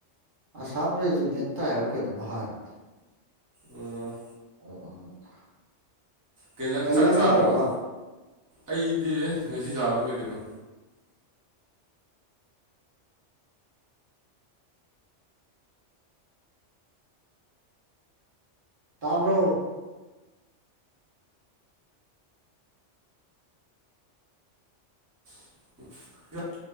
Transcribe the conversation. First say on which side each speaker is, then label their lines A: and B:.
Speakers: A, on the right; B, on the right.
A: ꯑꯁꯥꯝ ꯔꯖꯤꯛꯃꯦꯟ ꯇꯥꯢ ꯍꯥꯏꯕ꯭ꯔꯥ ꯀꯩꯅꯣꯝ ꯍꯥꯢꯕꯅꯦ
B: ꯎꯝ
A: <unintelligible>
B: ꯀꯩꯖꯥꯡ
A: ꯀꯩ
B: ꯆꯥꯛ
A: ꯏꯟꯖꯥꯡ
B: ꯆꯥꯕꯣꯝ
A: ꯆꯥꯈ꯭ꯔꯕ
B: ꯃ ꯑꯩꯗꯤ ꯉꯁꯤ ꯆꯥꯕꯗꯣ ꯀꯩ ꯀꯩꯅꯣ
A: ꯇꯥꯕ꯭ꯔꯣ
B: <inaudible>